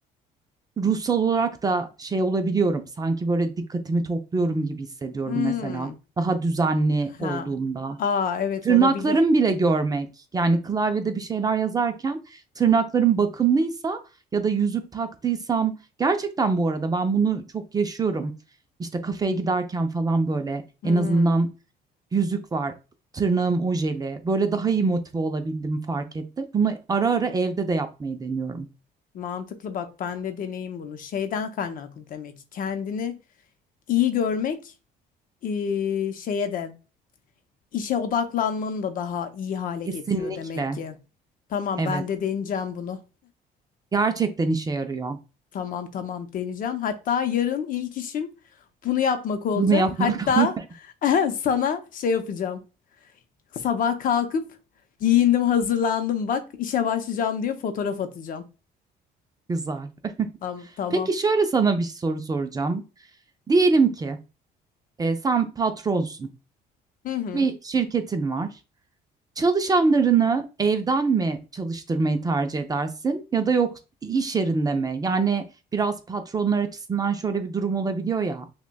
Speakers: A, on the right (about 20°); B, on the left (about 55°).
A: ruhsal olarak da şey olabiliyorum. Sanki böyle dikkatimi topluyorum gibi hissediyorum
B: Hmm.
A: mesela. Daha düzenli olduğumda.
B: Ha. Aa evet
A: Tırnaklarım
B: olabilir.
A: bile görmek. Yani klavyede bir şeyler yazarken tırnaklarım bakımlıysa ya da yüzük taktıysam gerçekten bu arada ben bunu çok yaşıyorum. İşte kafeye giderken falan böyle
B: Hmm.
A: en azından yüzük var. Tırnağım ojeli. Böyle daha iyi motive olabildim fark ettim. Bunu ara ara evde de yapmayı deniyorum.
B: Mantıklı bak ben de deneyim bunu. Şeyden kaynaklı demek ki kendini iyi görmek eee, şeye de işe odaklanmanı da daha iyi hale
A: Kesinlikle.
B: getiriyor demek ki. Tamam
A: Evet.
B: ben de deneyeceğim bunu.
A: Gerçekten işe yarıyor.
B: Tamam tamam deneyeceğim. Hatta yarın ilk işim bunu yapmak olacak.
A: Bunu yapmak
B: Hatta
A: <laughs>
B: <laughs> sana şey yapacağım. Sabah kalkıp giyindim hazırlandım bak işe başlayacağım diye fotoğraf atacağım.
A: güzel.
B: Tamam tamam.
A: Peki şöyle sana bir soru soracağım. Diyelim ki e, sen patronsun,
B: Hı hı.
A: bir şirketin var. Çalışanlarını evden mi çalıştırmayı tercih edersin ya da yok iş yerinde mi? Yani biraz patronlar açısından şöyle bir durum olabiliyor ya.